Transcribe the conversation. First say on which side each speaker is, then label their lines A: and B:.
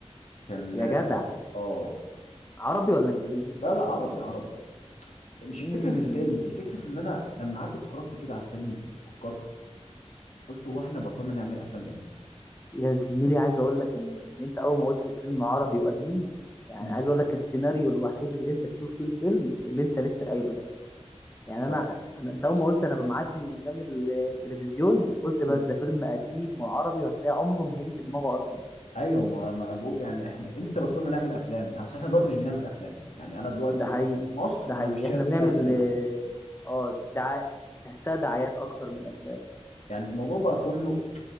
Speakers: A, on the left; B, on the left.
A: كان
B: يا
A: اه
B: جدع
A: آه،
B: عربي ولا انجليزي طيب
A: لا لا عربي عربي مش
B: امم
A: الفكره في الفيلم الفكره في ان انا لما قعدت اتفرجت كده على الفيلم وفكرت قلت هو احنا بطلنا نعمل افلام امتى
B: يا زميلي عايز اقول لك ان ان انت اول ما قلت الفيلم عربي وقديم يعني
A: امم
B: عايز اقول لك السيناريو الوحيد اللي انت تشوف فيه الفيلم اللي انت لسه قايله ده يعني انا
A: اه
B: انا انت اول ما قلت انا بمعدي من قدام التلفزيون قلت
A: مم.
B: بس ده فيلم قديم وعربي وهتلاقي عمره ما هيجي في دماغه اصلا
A: ايوه ما ما انا بقول يعني احنا امتى بطلنا نعمل افلام يعني اصل احنا دلوقتي مش بنعمل افلام يعني انا دلوقتي
B: ده حقيقي
A: مصر
B: ده حقيقي
A: انا مش شايف
B: احنا
A: فيها
B: بنعمل
A: سينما
B: اه آه، دعا... تحسها دعايات اكتر من افلام
A: يعني الموضوع بقى كله